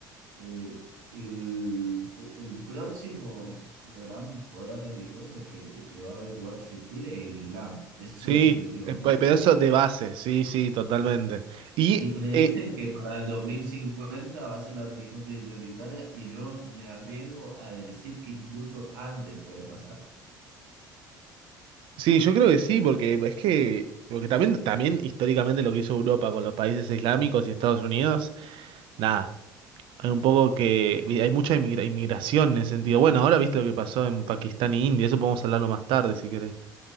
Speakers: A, on the right; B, on the right.
A: eh, el, el próximo gran poder religioso que, que va a haber, que va a existir, es el Islam. Eso
B: Sí,
A: definitivamente.
B: eh, pe- pero eso de base, sí, sí, totalmente. Y
A: Y predicen
B: eh,
A: que para el 2050 va a ser la religión prioritaria y yo me arriesgo a decir que incluso antes puede pasar.
B: sí, yo creo que sí, porque es que, porque también, también históricamente lo que hizo Europa con los países islámicos y Estados Unidos, nada. Hay un poco que hay mucha inmigra- inmigración en ese sentido. Bueno, ahora viste lo que pasó en Pakistán y India, eso podemos hablarlo más tarde si querés.